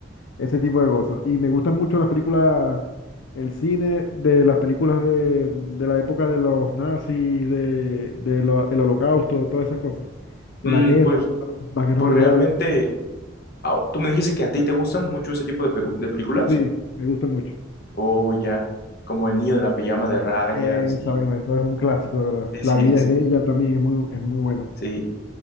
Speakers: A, on the left; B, on the left.
A: Ese tipo de cosas. Y me gustan mucho las películas, el cine de las películas de, de la época de los nazis, de, de lo- el holocausto, todas esas cosas.
B: Mm,
A: De la guerra,
B: pues,
A: las guerras
B: pues
A: mundiales.
B: realmente, ah, ¿tú me dijiste que a ti te gustan mucho ese tipo de, pe- de películas?
A: Sí, me gusta mucho.
B: O ya, como El niño de la pijama de rayas,
A: Esa
B: y...
A: misma, eso es un clásico, de verdad.
B: Sí,
A: La
B: sí,
A: vida
B: sí,
A: es bella también, es muy, es muy buena.
B: sí.